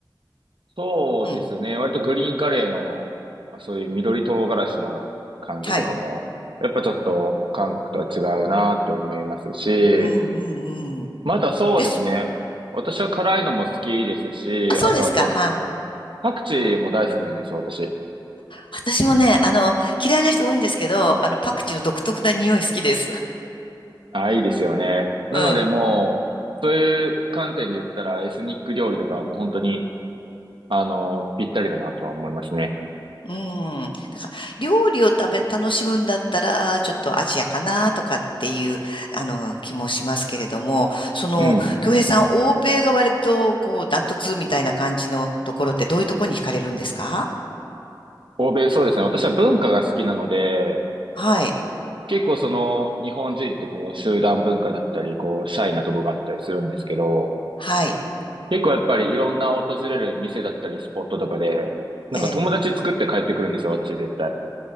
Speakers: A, on the right; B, on the left.
A: そうですね。
B: うん。
A: 割とグリーンカレーのそういう緑唐辛子の感じとかも、
B: はい。
A: やっぱちょっと韓国とは違うなと思いますし、
B: うんうんうん。
A: またそうですね。
B: です。
A: 私は辛いのも好きですし、
B: あ、そうですか。
A: あとはそう、
B: はい。
A: パクチーも大好きなんですよ、私。
B: 私もね、あの、嫌いな人多いんですけど、あの、パクチーの独特な匂い好きです。
A: あ、いいですよね。なのでもう、
B: <laughs> うん。
A: そういう観点で言ったら、エスニック料理とかはもう本当に、あの、ぴったりだなとは思いますね。
B: うん。だから、料理を食べ、楽しむんだったら、ちょっとアジアかなとかっていう、あの、気もしますけれども、その、
A: うん。
B: 京平さん、欧米が割と、こう、ダントツみたいな感じのところって、どういうところに惹かれるんですか
A: 欧米、そうですね。私は文化が好きなので、
B: はい。
A: 結構その、日本人ってこう、集団文化だったり、こう、シャイなとこがあったりするんですけど、
B: はい。
A: 結構やっぱりいろんな訪れる店だったり、スポットとかで、なんか友達作って帰ってくるんですよ、
B: ええ。
A: 私絶対。